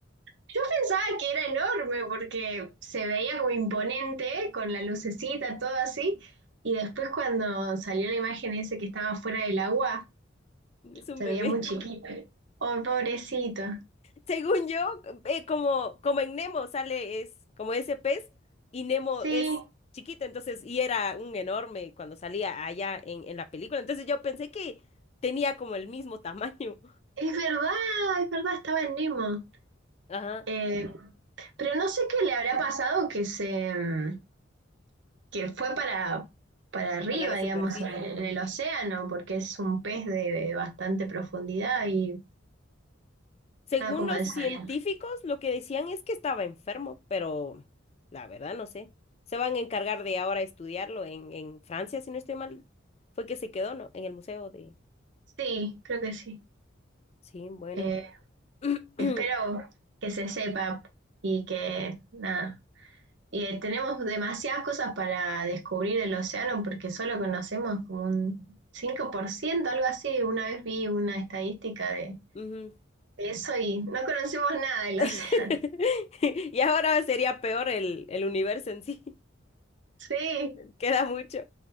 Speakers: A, on the right (about 65°); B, on the left (about 35°).
A: yo pensaba que era enorme porque se veía como imponente con la lucecita, todo así. Y después cuando salió la imagen ese que estaba fuera del agua,
B: es un
A: se
B: bebé.
A: veía muy chiquito. Oh, pobrecito.
B: Según yo, eh, como, como en Nemo sale, es como ese pez, y Nemo
A: Sí,
B: es chiquito, entonces, y era un enorme cuando salía allá en, en la película. Entonces yo pensé que tenía como el mismo tamaño.
A: es verdad, es verdad, estaba en Nemo.
B: Ajá,
A: Eh, pero no sé qué le habrá pasado que se, mm, que fue para, para arriba,
B: a la, la
A: digamos,
B: superficie.
A: en, en
B: ujú.
A: el océano, porque es un pez de bastante profundidad y
B: Según
A: nada como
B: los
A: desalienta.
B: científicos, lo que decían es que estaba enfermo, pero la verdad no sé. Se van a encargar de ahora estudiarlo en, en Francia, si no estoy mal. Fue que se quedó, ¿no? En el museo de...
A: Sí, creo que sí.
B: Sí, bueno.
A: Eh,
B: <clears throat>
A: espero que se sepa y que nada. Y eh, tenemos demasiadas cosas para descubrir el océano porque solo conocemos como un 5% algo así. Una vez vi una estadística de
B: Ujú.
A: de eso y no conocemos nada del
B: <laughs>
A: océano. <laughs>
B: Y ahora sería peor el, el universo en sí.
A: Sí,
B: <laughs> Queda mucho.